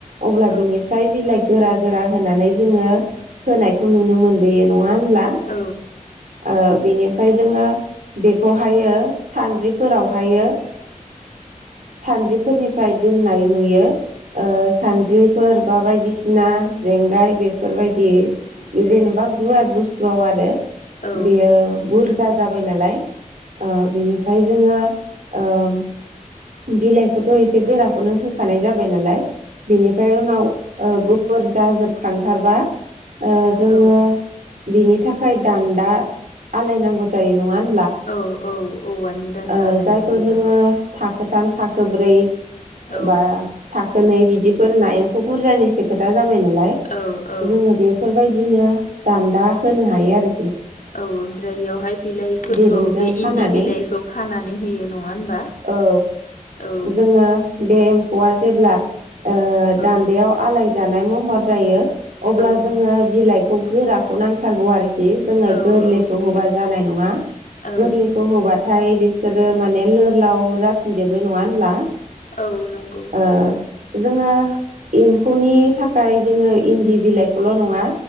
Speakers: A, on the right; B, on the left.
A: अब्ला
B: औ
A: बिनिफ्राय बिलाय गोरा गोरा होनानै जोङो होनायखौ नुनो मोनबोयो नङा होनब्ला
B: औ
A: ओ बेनिफ्राय जोङो बेखौहायो सानद्रिफोरावहायो
B: <inaudible>
A: सानद्रिफोरनिफ्राय दोननाय नुयो ओ सानद्रिफोर बा बायदिसिना जेंगाय बेफोरबायदि जेनेबा गुवार बुस्थुआव आरो
B: औ
A: बेयो बुरजा जाबाय नालाय ओ बेनिफ्राय जोङो ओम बिलाइखौथ' एसे गोराखौनो होखानाय जाबाय नालाय बिनिफ्राय उनाव ओ गुफुर जाजोबखांथारबा ओ जोङो
B: औ
A: बिनि थाखाय दान्दा आलायनांगौ जायो नङा होन
B: औ औ औवानि दान्दा
A: ओ
B: लायनायनि
A: जायखौ जोङो थाखोथाम थाखो ब्रै ओ
B: औ
A: बा थाखोनै बिदिफोर होना एम्फौ बुरजानिसो खोथा जाबाय नालाय
B: औ औ
A: जोङो बेफोरबायदिनो दान्दा होनो हायो आरो
B: औ ओमफ्राय इयावहाय बिलाइफोरखौ
A: दिरुंजों
B: बे
A: खानानै
B: इन्दि बिलाइखौ खानानै होयो नङा होनबा
A: औ
B: औ
A: जोङो बे एम्फौआ जेब्ला ओ
B: औ
A: दान्दायाव आलाय जानाय महर जायो अब्ला
B: औ
A: जोङो बिलाइखौ गोराखौ नांथारगौ आरो खि जोङो
B: औ
A: गोरलैखौ होबा जानाय नङा
B: औ
A: गोरलैखौ होबा थाय बिसोरो माने लोरलाव जाफिनजोबो नङा होनब्ला?
B: औ नंगौ।
A: ओ जोङो एम्फौनि थाखाय जोङो इन्दि बिलाइखौल' नङा